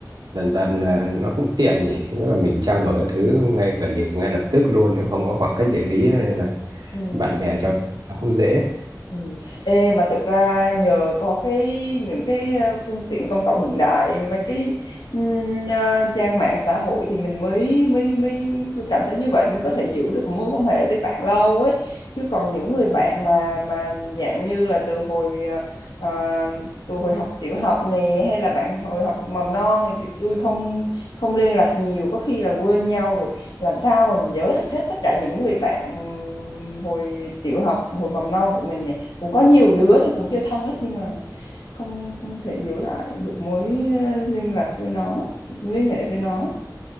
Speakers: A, on the right (about 65°); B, on the left (about 85°).
A: dần dần là nó cũng tiện nhỉ nếu là mình trao đổi các thứ ngay gần như ngay lập tức luôn nếu không có khoảng cách địa lý nữa, nên là
B: ừ.
A: bạn bè trao đổi nó không dễ
B: Ừ. Ê, mà thực ra nhờ có cái những cái ờ, phương tiện công cộng hiện đại mấy cái ừm, ờ, trang mạng xã hội thì mình mới mới mới tôi cảm thấy như vậy mới có thể giữ được mối quan hệ với bạn lâu ấy chứ còn những người bạn mà mà dạng như là từ hồi ờ, ờ, từ hồi học tiểu học nè hay là bạn hồi học mầm non này thì tôi không không liên lạc nhiều có khi là quên nhau rồi làm sao mà mình nhớ được hết tất cả những người bạn hồi tiểu học hồi mầm non của mình nhỉ cũng có nhiều đứa tôi cũng chơi thân ấy nhưng mà không không thể giữ lại được mối ờ, liên lạc với nó mối liên hệ với nó